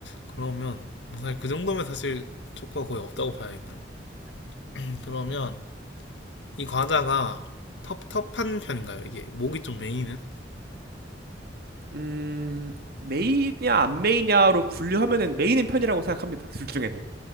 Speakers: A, on the left; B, on the right.
A: 그러면, 뭐 사실 그 정도면 사실 초코가 거의 없다고 봐야겠네요. 음, 그러면 이 과자가 텁텁한 편인가요? 이게 목이 좀 메이는?
B: 음, 메이냐 안 메이냐로 분류하면은 메이는 편이라고 생각합니다. 둘 중에는.